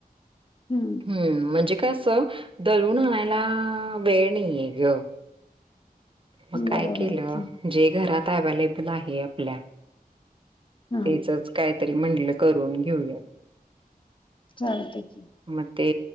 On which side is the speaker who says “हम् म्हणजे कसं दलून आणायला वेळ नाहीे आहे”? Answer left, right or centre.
Right